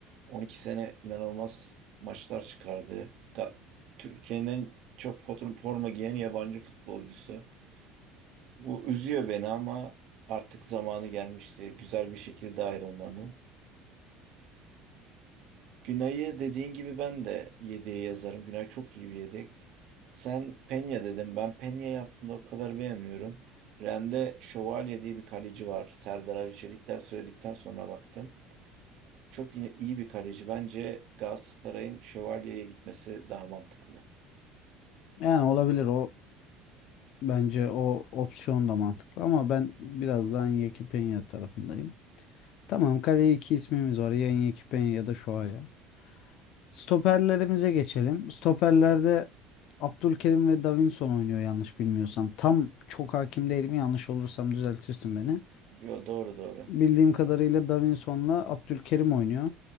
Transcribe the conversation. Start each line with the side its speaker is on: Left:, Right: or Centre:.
Right: 12 sene inanılmaz maçlar çıkardı. Ga- Türkiye'nin çok foto- forma giyen yabancı futbolcusu. Bu üzüyor beni ama artık zamanı gelmişti güzel bir şekilde ayrılmanın. Günay'ı dediğin gibi ben de yedeğe yazarım. Günay çok iyi bir yedek. Sen Penya dedim. Ben Penya'yı aslında o kadar beğenmiyorum. Ren'de Şövalye diye bir kaleci var. Serdar Ali Çelikler söyledikten sonra baktım. Çok yine iyi bir kaleci. Bence Galatasaray'ın Şövalye'ye gitmesi daha mantıklı.
Left: Yani olabilir o bence o opsiyon da mantıklı ama ben biraz daha Iñaki Peña tarafındayım. Tamam kaleye iki ismimiz var. Yanyekipenya ya da Şoaya. Stoperlerimize geçelim. Stoperlerde Abdülkerim ve Davinson oynuyor yanlış bilmiyorsam. Tam çok hakim değilim. Yanlış olursam düzeltirsin beni.
Right: Yo, doğru doğru.
Left: Bildiğim kadarıyla Davinson'la Abdülkerim oynuyor.